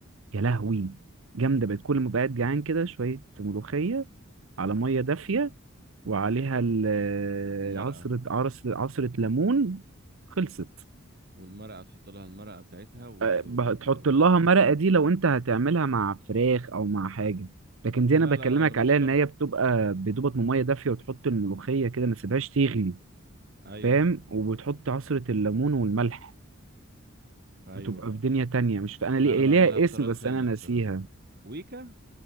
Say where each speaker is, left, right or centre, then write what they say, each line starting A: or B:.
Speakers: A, on the right; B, on the right.
A: يا لهوي جامده بقت كل ما بقعد جعان كده شويه ملوخيه على ميه دافيه وعليها ال-
B: المرقة
A: عصره عصره عصره ليمون خلصت
B: والمرقة تحط لها المرقة بتاعتها وال...
A: آه،
B: وال...
A: ب-
B: وال...
A: تحط
B: وال...
A: لها مرقة دي لو انت هتعملها مع فراخ او مع حاجة لكن دي
B: لا
A: انا بكلمك
B: لا لا لا مش
A: عليها
B: شرط
A: ان هي بتبقى بدوبة مية دافية وتحط الملوخية كده ما تسيبهاش تغلي
B: ايوه
A: فاهم وبتحط عصرة الليمون والملح
B: ايوه
A: بتبقى في دنيا تانية مش ف... انا ليه
B: لا انا بعملها
A: ليها
B: بطريقة
A: اسم بس
B: تاني
A: انا ناسيها
B: الصراحة ويكا